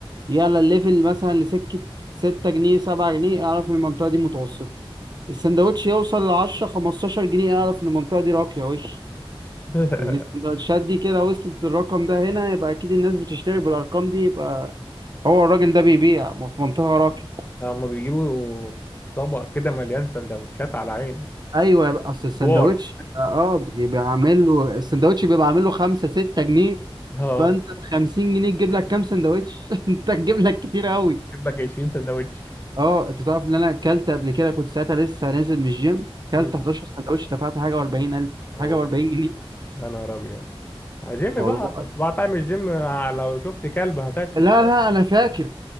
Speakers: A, on the right (about 45°); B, on the left (about 20°).
A: يلا الليفل مثلا لسكة ستة جنيه سبعة جنيه اعرف ان المنطقة دي متوسطة السندوتش يوصل لعشرة خمستاشر جنيه اعرف ان المنطقة دي راقية وش
B: <laughs>
A: لأن السندوتشات دي كده وصلت للرقم ده هنا يبقى أكيد الناس بتشتري بالأرقام دي يبقى هو الراجل ده بيبيع في منطقة راقية
B: لا، هم بيجيبوا طبق كده مليان سندوتشات على عينه
A: أيوة يبقى أصل السندوتش
B: دوار
A: اه بيبقى عامل له <laughs> السندوتش بيبقى عامل له خمسة ستة جنيه
B: اه
A: فأنت بخمسين جنيه تجيب لك كام سندوتش <laughs> أنت تجيب لك كتير أوي
B: جيب لك 20 سندوتش
A: اه انت تعرف ان انا اكلت قبل كده كنت ساعتها لسه نازل من الجيم
B: امم
A: اكلت 11 سندوتش دفعت حاجه و40 الف
B: اوه
A: حاجه و40 جنيه
B: يا نهار ابيض جيم
A: والله
B: بقى طبعا طعم الجيم آه، لو شفت كلب هتاكله
A: لا لا انا فاكر